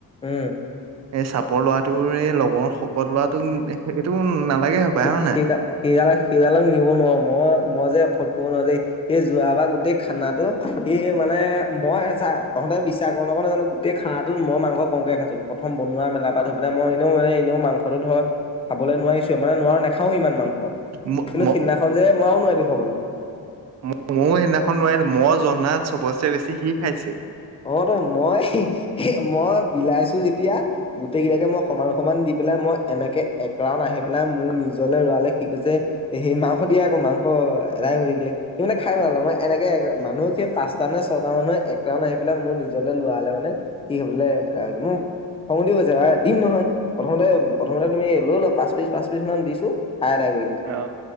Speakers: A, on the left; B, on the right.
A: উম
B: এ চাপৰ ল'ৰাটোৰে লগৰ শকত লৰাটো এইটো নালাগে হপাই
A: সি
B: হয় নাই
A: সি সিডালাক সিডালাক নিব নোৱাৰো মই মই যে ফট কৰিব নোৱাৰোই <unintelligible> এই যোৱা বা গোটেই খানাটো ই মানে মই ছা তহঁতে নক নানো গোেই খাটো মই মাংস কমক খাইছো প্ৰথম বনোৱা মেলা পৰা ধৈ পেলাই মই এনেও মান এনেও মংসটোত <unintelligible> ধৰ খাবলৈ নোৱাৰিছো মানে নোৱাৰো নাখাও ইমান মাংস
B: ম
A: কিন্তু
B: ম
A: সিদিনাখনন যে মৰাও নোৱাৰি দি খবলৈ
B: ম ময়ো সেইদিনাখন ৰোৱাৰ মই জনাত চবছেে বেছি সি খাইছে <unintelligible>
A: অ তো মই মই বিলাইছো যেতিয়া গোটেই কিলাকে মই সমান সমান দি পেলাই মই এনেকে একৰাউন আহি পেলাই মোৰ নিজলৈ ৰৰালে শিকো যে সেই মাংস দিয়ে আকৌ মাংস অ এদাই ভুৰি গিলে সি মানে খাই ভ নালে মই এনেকে মানুহ সেই পাঁচটা নে ছটা মানুহে এক ন আহ পাই মোৰ নিজলৈ লোৱা হলে মানে স হব মোৰ খঙ দি গৈছে দিম নহয় প্ৰথমতে প্ৰথমতে তুমি লৈ লোৱা পাঁচ পিচ পাঁচ পিচ মান দিছো খাই আদাই কৰি দিলে
B: অ